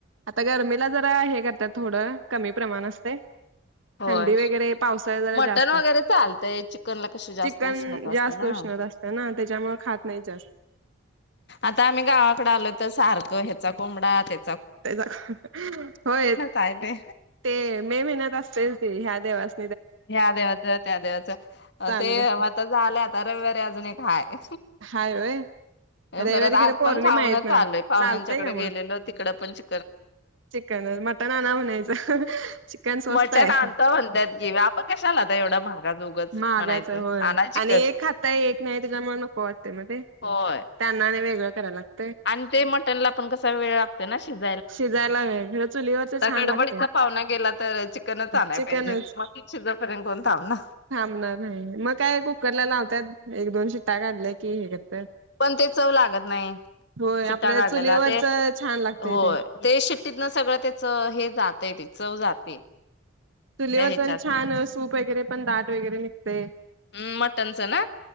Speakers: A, on the right; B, on the left.
A: आता गरमीेला जरा हे कर त्या थोडं कमी प्रमाण असतय.
B: होय
A: थंडी वगैरे पावसाळ जरा
B: मटण
A: जास्त,
B: वगैरे चालतंय चिकनला कशी जास्त
A: चिकन
B: उष्णता असते
A: जास्त
B: ना
A: उष्णता असते ना त्याच्यामुळे खात नाही जास्त
B: आता आम्ही गावाकडे आलो तर सारखं ह्याचा कोंबडा त्या
A: त्याचा होय
B: आहे ते
A: ते मे महिन्यात असतील ते ह्या देवास
B: हया देवाचं त्या देवांच
A: चालूच
B: ते
A: असते
B: आता झालं आता रविवारी अजून एक हाय
A: हाय होय रविवारी
B: परत
A: खरं
B: आज
A: पौर्णिमा
B: पण खाऊनच
A: आहेत ना
B: आलोय. पाहुण्यांच्याकडे
A: चालतय का मग
B: गेलेल तिकडं पण चि
A: चिकन, मटन आणा म्हणायचं चिकन स्वस्त
B: मटण
A: आहे.
B: आणतो म्हणतात की आपण कशाला आता एवढं महागाच उगच
A: महागाच
B: म्हणायचं
A: होय
B: आणा चिकन
A: आणि एक खाताय एक नाही त्याच्यामुळे नको वाटते मग ते
B: होय
A: त्यांना आणि वेगळं <unintelligible>
B: आणि ते मटन ला पण कसा वेळ लागतो ना शिजाय.
A: शिजायला वेळ चुलीवरच छान
B: गडबडीचा
A: लागतय
B: पाहुणा गेला तर चिकनच आणाय
A: चिकनच
B: पाहिजे मग ते शिजोपर्यंत कोण थांबणार
A: थांबणार आहे मग काय कुकरला लावतात एक दोन शिट्टा काढल्या की हे करतात
B: पण ते चव लागत नाही
A: होय
B: शिट्ट्या
A: आपल्या
B: काढलेला
A: चुलीवरच
B: ते
A: छान लागतंय
B: होय ते शिट्टीत ना सगळं तेच हे जात आहे ते चव जाते.
A: चूलीवरच
B: त्या ह्याच्यातनं
A: छान सुप वगैरे पण दाट वगरे निघ
B: हम्म मटनचं ना